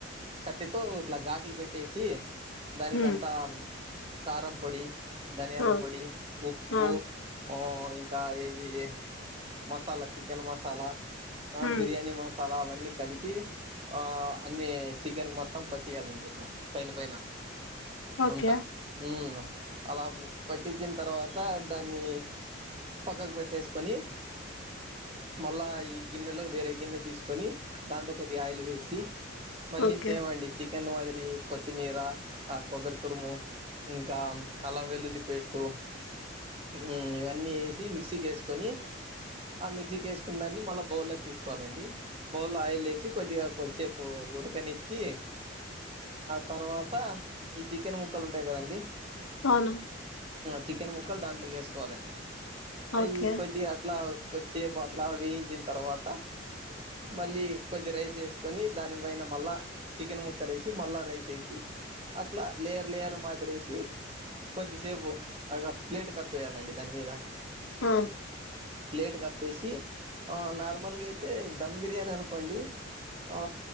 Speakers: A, on the right; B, on the left.
A: కత్తితో ఇట్లా ఘాట్లు పె ట్టేసి దానికంతా
B: హ్మ్
A: కారం పొడి, ధనియాల
B: ఆ
A: పొడి, ఉప్పు
B: ఆ
A: ఆ ఇంకా ఇది మసాలా, చికెన్ మసాలా ఆ
B: హ్మ్
A: బిర్యానీ మసాలా అవన్ అన్ని కలిపి ఆ అన్నీ చికెన్ మొత్తం పట్టియాలండి ఇట్లా పైన పైన
B: ఓకే
A: అంతా మ్ అలా పట్టించిన తర్వాత దాన్ని పక్కకు పెట్టేసుకొని మళ్ళా ఈ గిన్నెలో వేరే గిన్నె తీస్కొని దాంట్లో కొద్దిగా ఆయిల్ వేసి మళ్ళీ
B: ఓకే
A: సేమ్
B: ఓకే
A: అండి చిక్ ను అదిరి కొత్తిమీరా కొబ్బరి తురుము ఇంకా అల్లం వెల్లుల్లి పేస్టు మ్ ఇవ అన్నీ ఏ మిక్సీకి వేసుకొని ఆ మిక్సీకి ఏస్ దాన్ని మళ్ళ బౌల్లో తీసుకోవాలండి. బౌల్లో ఆయిలేసి కొద్దిగ <unintelligible> పోకూడదని ఇచ్చి తర్వాత ఈ చికెన్ ముక్కలు ఉంటాయి కదండి
B: అవును
A: చికెన్ ముక్కలు దాంట్లోకి వేసుకోవాలండి. అయి
B: ఓకే
A: కొద్ది అట్లా కొద్దిసేపు అట్లా వేయించిన తర్వాత మళ్ళీ కొద్ది రైస్ వేసుకొని దానిపైన మళ్ళా చికెన్ ముక్క వేసి మళ్ళా రైస్ ఏసీ అట్లా లేరు లేరు మాది <unintelligible> సి కొద్దిసేపు అగా ప్లేట్ కప్పేయాలండి దాని మీద
B: ఆ
A: ప్లేట్ కప్పేసి ఆ నార్మల్గా అయితే దమ్ బిర్యానీ అను అండి ఆ